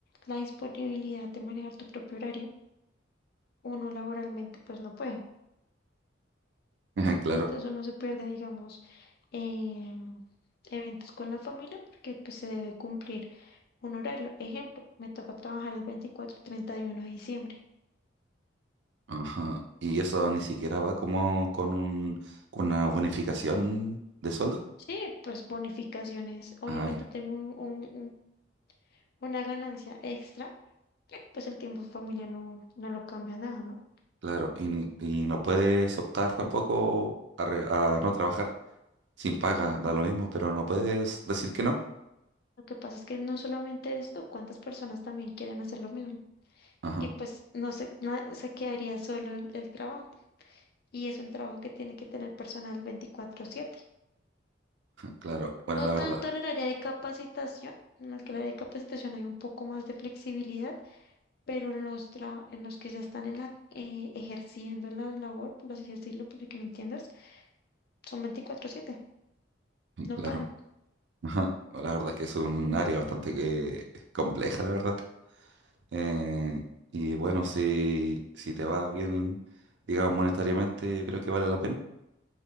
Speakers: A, on the left (about 55°); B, on the right (about 65°).
A: la disponibilidad de manejar tu propio horario, uno laboralmente pues no puede.
B: <laughs> Ujú, Claro.
A: Entonces uno se pierde, digamos, eh, eventos con la familia porque pues se debe cumplir un horario. Ejemplo, me toca trabajar el 24 y 31 de diciembre.
B: Ajá. Y eso ni siquiera va como con un, con una bonificación de sueldo.
A: Sí, pues bonificaciones. Obviamente
B: Ah, ya,
A: tengo un, un- un- una ganancia extra pues el tiempo en familia no, no lo cambia nada, ¿no?
B: Claro. Y, ni- y no puedes optar tampoco a, re- a no trabajar. sin paga, da lo mismo, pero no puedes decir que no.
A: Lo que pasa es que no solamente esto, cuántas personas también quieren hacer lo mismo.
B: Ajá,
A: Y pues no se, na- se quedaría solo el, el trabajo. Y es un trabajo que tiene que tener personal 24/7.
B: claro, bueno,
A: No
B: la
A: tanto
B: verdad,
A: en el área de capacitación, en el que el área de capacitación hay un poco más de flexibilidad, pero en los, tra- en los que ya están en la, eh, ejerciendo la labor, por así decirlo, porque que me entiendas, son 24/7, no
B: claro,
A: paran.
B: ajá, bueno, la verdad que es un área bastante que compleja, la verdad. Eh, y bueno, si, si te va bien, digamos, monetariamente, yo creo que vale la pena.